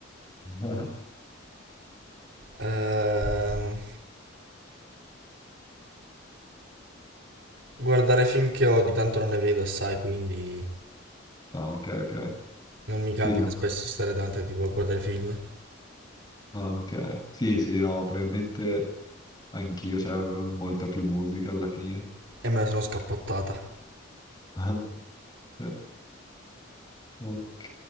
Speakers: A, on the left; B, on the right.
A: <laughs>
B: Ehm, guardare film che odi, tanto non ne vedo, assai, quindi
A: Ah, ok, ok.
B: non mi capita
A: Sì, ne-
B: spesso di stare davanti a tipo a guardare film.
A: ah, ok. Sì, sì, no, probabilmente anch'io, c'è molta più musica alla fine.
B: E me la sono scappottata.
A: <laughs> Sì. Ok.